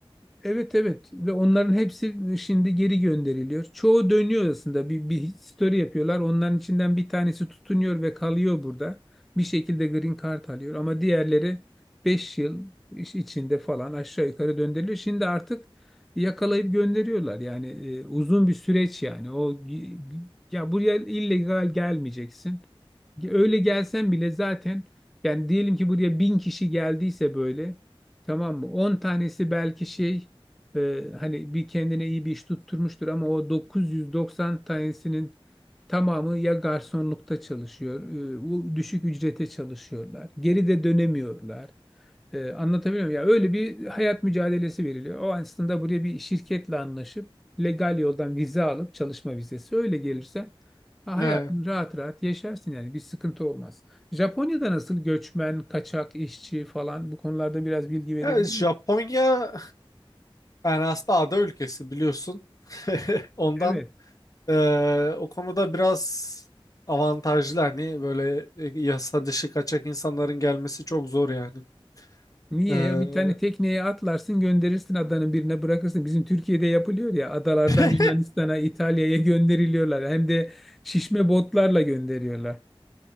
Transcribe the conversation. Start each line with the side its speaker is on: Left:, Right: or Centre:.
Centre: Evet evet ve onların hepsi şimdi geri gönderiliyor. Çoğu dönüyor aslında bir, bir story yapıyorlar. Onların içinden bir tanesi tutunuyor ve kalıyor burada. Bir şekilde green card alıyor ama diğerleri 5 yıl iş- içinde falan aşağı yukarı döndürülüyor. Şimdi artık yakalayıp gönderiyorlar. Yani e, uzun bir süreç yani. O y- ya buraya illegal gelmeyeceksin. Öyle gelsen bile zaten yani diyelim ki buraya bin kişi geldiyse böyle tamam mı? On tanesi belki şey e, hani bir kendine iyi bir iş tutturmuştur ama o 990 tanesinin tamamı ya garsonlukta çalışıyor, e, o düşük ücrete çalışıyorlar. Geri de dönemiyorlar. Ee, anlatabiliyor muyum? Ya öyle bir hayat mücadelesi veriliyor. O aslında buraya bir şirketle anlaşıp legal yoldan vize alıp çalışma vizesi öyle gelirse ha, hayatını
Left: Evet.
Centre: rahat rahat yaşarsın yani bir sıkıntı olmaz. Japonya'da nasıl göçmen, kaçak işçi falan bu konularda biraz bilgi verebilir
Left: Ya Japonya
Centre: misin?
Left: yani aslında ada ülkesi biliyorsun. <laughs> Ondan
Centre: Evet.
Left: eee, o konuda biraz avantajlı hani böyle e, yasa dışı kaçak insanların gelmesi çok zor yani.
Centre: Niye
Left: Eee
Centre: ya bir tane tekneye atlarsın gönderirsin adanın birine bırakırsın. Bizim Türkiye'de yapılıyor ya adalardan
Left: <laughs>
Centre: Yunanistan'a, İtalya'ya gönderiliyorlar. Hem de şişme botlarla gönderiyorlar.